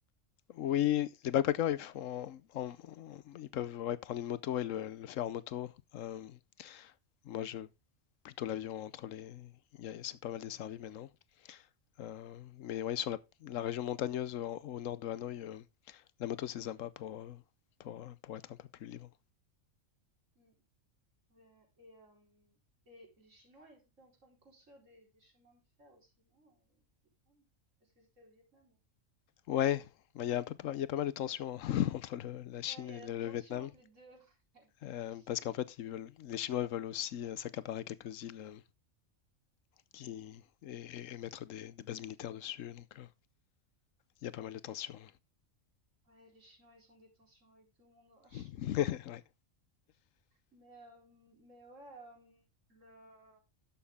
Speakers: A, on the left (about 75°); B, on the right (about 65°).
A: Oui, les backpackers, ils font, en- en- ils peuvent ouais, prendre une moto et le, le faire en moto. Euh, moi, je plutôt l'avion entre les, il y a- c'est pas mal desservi maintenant. Euh, mais oui, sur la, la région montagneuse au, au nord de Hanoï, euh, la moto c'est sympa pour, euh, pour, euh, pour être un peu plus libre.
B: Mhm. Ouais, et, euh, et les Chinois, ils étaient en train de construire des, des chemins de fer aussi, non? euh, au Vietnam? Est-ce que c'était au Vietnam? ou-
A: Ouais, bah, il y a un peu pas, il y a pas mal de tensions <laughs> entre le- la Chine
B: Ouais, il
A: et
B: y a
A: le,
B: une tension
A: le Vietnam,
B: entre les deux. <laughs>
A: euh, parce qu'en fait, ils veulent, les Chinois veulent aussi euh, s'accaparer quelques îles euh, qui, et, et- et mettre des, des bases militaires dessus, donc euh, il y a pas mal de tensions.
B: Ouais, les Chinois, ils ont des tensions avec tout le monde. hein. <laughs>
A: <laughs> Ouais.
B: Mais, euh, mais ouais, euh, le...